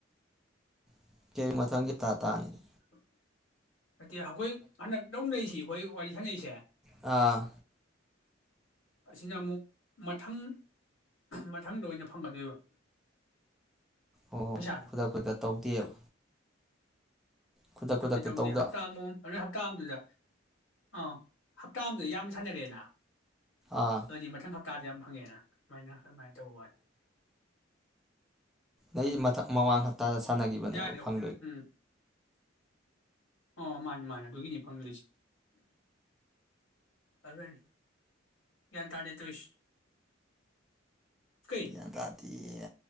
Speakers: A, in the centre; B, on the left.
A: <unintelligible>
B: <unintelligible> ꯋꯥꯔꯤ ꯈꯟꯅꯩꯁꯦ
A: ꯑ
B: ꯑꯁꯤꯅꯃꯨꯛ ꯃꯊꯪ ꯃꯊꯪꯗ ꯑꯣꯏꯅ ꯐꯪꯒꯗꯣꯏꯕ
A: ꯑꯣ
B: ꯄꯩꯁꯥꯗꯣ
A: ꯈꯨꯗꯛ ꯈꯨꯗꯛ ꯇꯧꯗꯦꯕ ꯈꯨꯗꯛ
B: ꯇꯧꯗꯦ
A: ꯈꯨꯗꯛꯇ
B: ꯇꯧꯗꯦ
A: ꯇꯧꯗ
B: ꯍꯞꯇꯥꯃꯨꯛ ꯗꯩ ꯍꯞꯇꯥꯝꯗꯨꯗ ꯑ ꯍꯞꯇꯥꯝꯗ ꯌꯥꯝ ꯁꯥꯅꯔꯦꯅ
A: ꯑꯥ
B: ꯀꯔꯤ ꯃꯊꯪ ꯍꯞ ꯇꯥꯗ ꯌꯥꯝ ꯐꯪꯉꯦꯅ ꯑꯗꯨꯨꯃꯥꯏꯅ ꯑꯗꯨꯃꯥꯏꯅ ꯇꯧꯕ
A: ꯑꯩꯗꯤ ꯃꯊꯛ ꯃꯃꯥꯡ ꯍꯞꯇꯥꯗ ꯁꯥꯟꯅꯈꯤꯕꯅꯦꯕ
B: ꯌꯥꯔꯗꯤ
A: ꯐꯪꯗꯣꯏ <inaudible>
B: ꯎꯝ ꯑꯣ ꯃꯥꯅꯤ ꯃꯥꯅꯦ ꯑꯗꯨꯒꯤꯅꯤ ꯐꯪꯒꯗꯣꯏꯁꯦ ꯑꯗꯨꯅꯤ ꯀ꯭ꯌꯥꯟ ꯇꯥꯗꯦ ꯇꯧꯏꯁꯦ ꯀꯩ
A: ꯒ꯭ꯌꯥꯟ ꯇꯥꯗꯦ